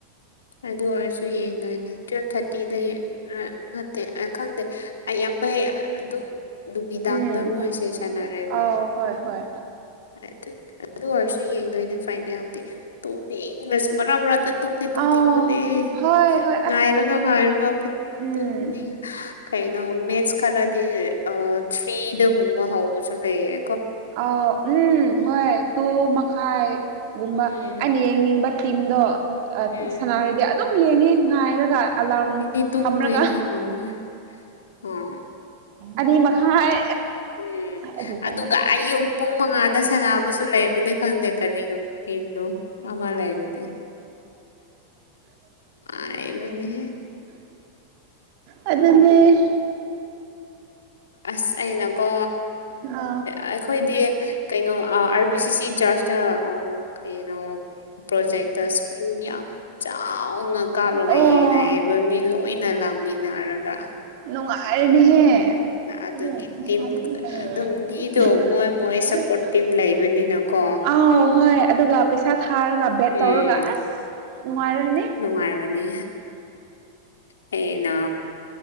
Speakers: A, on the left; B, on the right.
A: ꯑꯗꯨ ꯑꯣꯏꯔꯁꯨ ꯌꯦꯡꯗꯣꯏꯅꯦ ꯇꯨꯋꯦꯜꯞ ꯊꯥꯔꯇꯤꯗ <unintelligible> ꯈꯪꯗꯦ ꯑꯩꯌꯥꯝꯕꯩ ꯑꯗꯨꯝ꯫ ꯅꯨꯃꯤꯗꯥꯡꯗ
B: ꯎꯝ
A: ꯃꯣꯏꯁꯦ ꯁꯥꯟꯅꯔꯦꯕ
B: ꯑꯥꯎ ꯍꯣꯏ ꯍꯣꯏ
A: ꯑꯗꯨ ꯑꯗꯨ ꯑꯣꯏꯔꯁꯨ ꯌꯦꯡꯗꯣꯏꯅꯦ ꯐꯥꯏꯅꯦꯜꯗꯤ ꯇꯨꯝꯅꯤꯡꯂꯁꯨ ꯃꯔꯥꯛ ꯃꯔꯥꯛꯇ ꯇꯨꯝ ꯇꯨꯝꯅꯤꯡꯕꯅꯦ
B: ꯑꯥꯎ ꯍꯣꯏ ꯍꯣꯏ
A: ꯉꯥꯏꯔꯒ
B: ꯑꯁ
A: ꯉꯥꯏꯔꯒ ꯈꯨ
B: ꯎꯝ
A: ꯇꯨꯝꯅꯤꯡ ꯀꯩꯅꯣ ꯃꯦꯠꯁ ꯈꯔꯗꯤ ꯑ ꯊ꯭ꯔꯤꯗꯒꯨꯝꯕ ꯍꯧꯕꯁꯨ ꯂꯩꯌꯦ
B: ꯑꯥꯎ ꯎꯝ ꯍꯣꯏ ꯇꯨ ꯃꯈꯥꯏꯒꯨꯝꯕ
A: ꯎꯝ
B: ꯑꯩꯅ ꯌꯦꯡꯅꯤꯡꯕ꯫ ꯇꯤꯝꯗꯣ
A: ꯎꯝ
B: ꯁꯅꯥꯔꯗꯤ ꯑꯗꯨꯝ ꯌꯦꯡꯉꯦ ꯉꯥꯏꯔꯒ ꯑꯂꯥꯔꯝ
A: ꯑꯩꯗꯤ ꯇꯨꯝꯃꯒꯤ
B: ꯊꯝꯂꯒ
A: ꯇꯧꯕꯅꯦ ꯑꯥ
B: ꯑꯅꯤ ꯃꯈꯥꯏ
A: ꯎꯝ
B: ꯑꯗꯨ ꯁꯥꯟꯅ
A: ꯑꯗꯨꯒ ꯑꯌꯨꯛ ꯄꯨꯡ ꯃꯉꯥꯗ ꯁꯥꯟꯅꯕꯁꯨ ꯂꯩꯕꯅꯤ ꯈꯪꯗꯦ ꯀꯔꯤ ꯇꯤꯝꯅꯣ ꯑꯃ ꯂꯩꯕꯅꯦ꯫ ꯅꯨꯡꯉꯥꯏꯕꯅꯦ
B: <unintelligible> ꯑꯗꯨꯅꯦ꯫
A: ꯑꯁ ꯑꯩꯅꯀꯣ
B: ꯑ
A: ꯑꯩꯈꯣꯏꯗꯤ ꯀꯩꯅꯣ ꯑꯥꯔꯕꯤ ꯁꯤ ꯁꯤ꯫ ꯆꯥꯖ ꯇ ꯑ ꯀꯩꯅꯣ ꯄ꯭ꯔꯣꯖꯦꯛꯇ ꯏꯁꯀ꯭ꯔꯤꯟ ꯌꯥꯝ ꯆꯥꯎꯅ ꯀꯥꯞꯂꯒ
B: ꯑꯣ
A: ꯌꯦꯡꯅꯩ ꯃꯤ ꯂꯣꯏꯅ ꯂꯥꯛꯃꯤꯟꯅꯔꯒ꯫
B: ꯅꯨꯡꯉꯥꯏꯔꯦꯅꯤꯍꯦ
A: ꯑꯗꯨꯒꯤ
B: <unintelligible>
A: ꯇꯤꯝ ꯑꯗꯨꯝ ꯃꯤꯗꯣ ꯃꯣꯏ ꯃꯣꯏ ꯁꯞꯄꯣꯔꯠ ꯇꯤꯝ ꯂꯩꯕꯅꯤꯅꯀꯣ
B: ꯑꯥꯎ ꯍꯣꯏ ꯑꯗꯨꯒ ꯄꯩꯁꯥ ꯊꯥꯔꯒ ꯕꯦꯠ
A: ꯎꯝ
B: ꯇꯧꯔꯒ ꯑꯁ ꯅꯨꯡꯉꯥꯏꯔꯅꯤ
A: ꯍꯣꯏ ꯍꯣꯏ ꯅꯨꯡꯉꯥꯏꯕꯅꯤ ꯀꯩꯅꯣ꯫